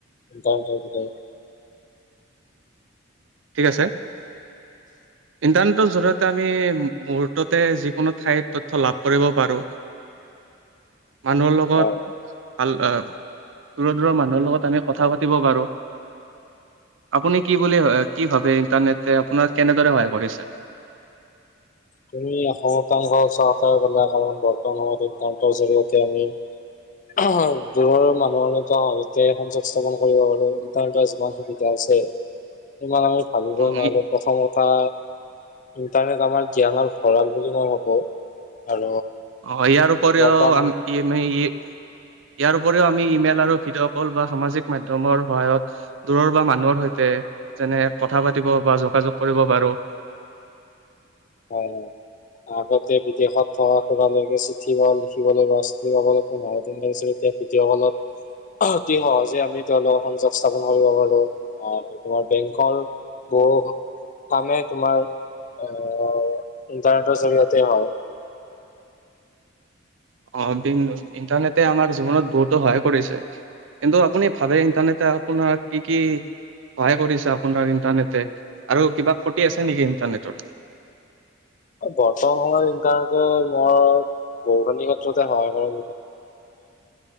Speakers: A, on the left (about 40°); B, on the right (about 70°).
A: ইণ্টাৰনেটৰ বিষয়ে
B: আছে। ইণ্টাৰনেটৰ জৰিয়তে আমি মুহুৰ্ততে যিকোনো ঠাইৰ তথ্য লাভ কৰিব পাৰোঁ। মানুহৰ লগত
A: হয়
B: ভাল, অ'হ। দূৰৰ, দূৰৰ মানুহৰ লগত আমি কথা পাতিব পাৰো। আপুনি কি বুলি হয়? কি ভাবে ইন্টাৰনেটে আপোনাৰ কেনেদৰে সহায় কৰিছে?
A: তুমি অসমত কাম কৰা ওচৰত তাৰ বোলা, কাৰণ বৰ্তমান সময়ত ইন্টাৰনেটৰ জৰিয়তে আমি দূৰ মানুহৰ সাজতে সংযোগ স্থাপন কৰিব পাৰো। ইণ্টাৰনেটৰ যিমান সুবিধা আছে। ইমান আমি ভাবিবই
B: উম,
A: নোৱাৰো।
B: ই-
A: প্ৰথম কথা ইণ্টাৰনেট আমাৰ জ্ঞানৰ ভঁৰাল বুলি নাভাবো আৰু
B: অ, ইয়াৰ উপৰিও
A: বৰ্তমান সম
B: আমি ইয়াৰ উপৰিও আমি ইমেইল আৰু ভিডিঅ' কল বা সামাজিক মাধ্যমৰ সহায়ত দূৰৰ বা মানুহৰ সৈতে যেনে কথা পাতিব বা যোগাযোগ কৰিব পাৰো।
A: হয়, হয় আগতে বিদেশত থকা সুৰা চিঠি লিখিবলৈ বা চিঠি পাবলৈ নাই, তেতিয়া ভিডিঅ ক'লত অতি সহজে আমি তেওঁলোকৰ সংযোগ স্থাপন কৰিব পাৰো, অ তোমাৰ বেংকৰ গ কামে তোমাৰ। অ ইণ্টাৰনেটৰ জৰিয়তে হওঁক।
B: অ বি ইণ্টাৰনেটে আমাৰ জীৱনত বহুতো সহায় কৰিছে। কিন্তু আপুনি ভাবে ইণ্টাৰনেটে আপোনাক কি কি সহায় কৰিছে আপোনাৰ ইন্টাৰনেটে, আৰু কিবা খতি আছে নেকি ইন্টাৰনেটৰ?
A: বৰ্তমান সময়ত ইণ্টাৰনেটৰ মই ভৌগলিক ক্ষেত্ৰতে সহায় কৰে